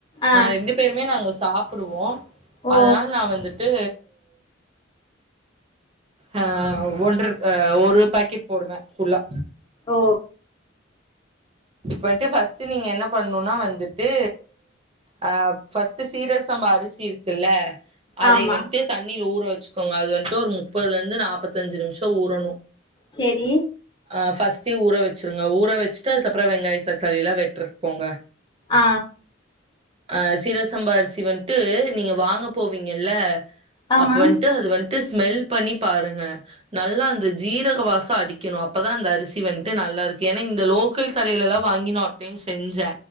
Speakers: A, on the left; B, on the right.
A: ஆ
B: நா ரெண்டு பேருமே நாங்க சாப்டுவோ
A: ஓ
B: அதனால நா வந்துட்டு அ ஒன்ற அ ஒரு பாக்கெட் போடுவ ஃபுல்லா
A: ஓ
B: இப்பன்ட்டு ஃபர்ஸ்ட் நீங்க என்ன பண்ணுனா வந்து ட்டு ஆ ஃபர்ஸ்ட்டு சீரக சம்பா அரிசி இருக்கல்ல அதை
A: ஆமா
B: வந்ட்டு தண்ணில ஊற வெச்சுக்கோங்க அது வந்துட்டு ஒரு முப்பதிலிருந்து நாப்பத்தஞ்சு நிமிஷோ ஊறணு
A: சேரி
B: அ ஃபர்ஸ்டே ஊற வெச்சிருங்க ஊற வெச்சுட்டு அதுக்கப்றோ வெங்காயோ தக்காளியெல்லா வெட்டறக்கு போங்க
A: ஆ
B: அ சீரக சம்பா அரசி வந்ட்டு நீங்க வாங்க போவீங்கல்ல
A: ஆமா
B: அப்ப வந்ட்டு அது வந்ட்டு ஸ்மெல் பண்ணி பாருங்க நல்லா அந்த ஜீரக வாசோ அடிக்கணு அப்தா அந்த அரிசி வந்ட்டு நல்லாருக்கு ஏனா இந்த லோ க்கல் கடைலல்லா வாங்கி நா ஒரு டைம் செஞ்ச